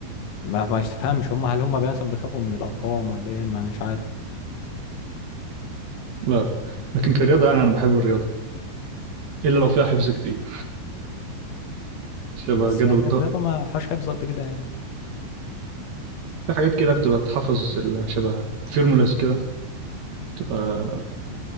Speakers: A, on the left; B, on the right.
A: ما ما تفهمش هم هل هم مثلا بيخافوا من الارقام ولا ايه انا ما- مش عارف
B: لا لا. لكن كرياضة يعني أنا بحب الرياضة إلا لو فيها حفظ كتير شبه
A: بس
B: جدول
A: يعني
B: الط...
A: الرياضه ما فيهاش حفظ قد كده يعني
B: في حاجات كده بتبقى تحفظ ال- شبه فيرمولاس كده تبقى